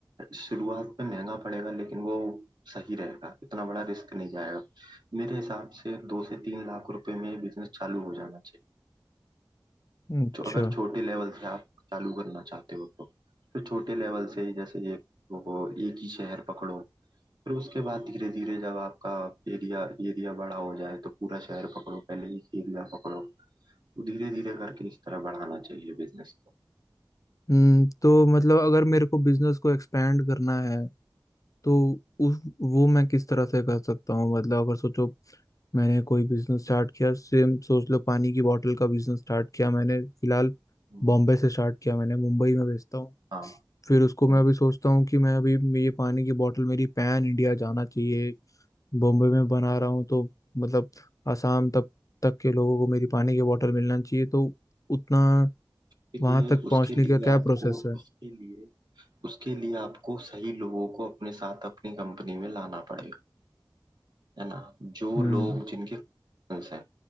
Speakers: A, on the right (about 60°); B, on the left (about 40°).
A: शुरुआत में महंगा पड़ेगा लेकिन वो सही रहेगा इतना बड़ा रिस्क नहीं जाएगा मेरे हिसाब से दो से तीन लाख रुपए में बिजनेस चालू हो जाना
B: अच्छा
A: तो अगर छोटे लेवल से आप चालू करना चाहते हो तो फिर छोटे लेवल से ही जैसे एक वो एक ही शहर पकड़ो फिर उसके बाद धीरे धीरे जब आपका एरिया एरिया बड़ा हो जाए तो पूरा शहर पकड़ो पहले एक एरिया पकड़ो तो धीरे धीरे करके इस तरह बढ़ाना चाहिए बिजनेस को
B: हम्म तो मतलब अगर मेरे को बिजनेस को एक्सपेंड करना है तो उस वो मैं किस तरह से कर सकता हूँ मतलब अगर सोचो मैंने कोई बिजनेस स्टार्ट किया सेम सोच लो पानी की बोतल का बिजनेस स्टार्ट किया मैंने फिलहाल
A: हम्म,
B: बॉम्बे से स्टार्ट किया मैंने मुंबई में बेचता हूँ
A: हाँ
B: फिर उसको
A: हम्म।
B: मैं अभी सोचता हूँ कि मैं अभी ये पानी की बोतल मेरी पैन इंडिया जाना चाहिए बॉम्बे में बना रहा हूँ तो मतलब आसाम तक तक के लोगों को मेरी पानी की बोतल मिलना चाहिए तो उतना
A: उसके लिए
B: वहां तक
A: उसके
B: पहुंचने
A: लिए
B: का क्या
A: आपको
B: प्रोसेस है
A: उसके लिए उसके लिए आपको सही लोगों को अपने साथ अपनी कंपनी में लाना पड़ेगा है ना जो
B: हम्म
A: लोग जिनके connections हैं